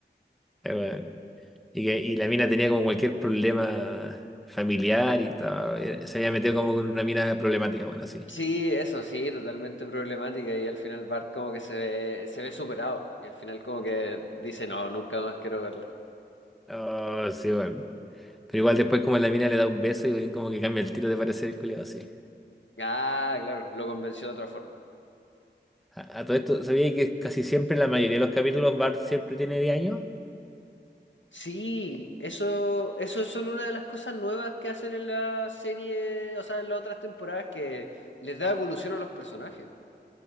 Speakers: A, in the centre; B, on the left.
A: Eh, weón. Y, que, y la mina tenía como cualquier problema familiar y estaba- eh, se había metido como con una mina problemática, bueno, así.
B: Sí, eso sí, totalmente problemática y al final Bart como que se ve, se ve superado y al final como que dice no, nunca más quiero verla.
A: Oh, sí, bueno. Pero igual después como la mina le da un beso y weón, como que cambia el tiro de parecer el culiado, así.
B: Ah, claro, lo convenció de otra forma.
A: A, a todo esto, ¿sabía que casi siempre en la mayoría de los capítulos Bart siempre tiene 10 años?
B: Sí, eso, eso es solo una de las cosas nuevas que hacen en la serie, o sea, en las otras temporadas que les da evolución a los personajes.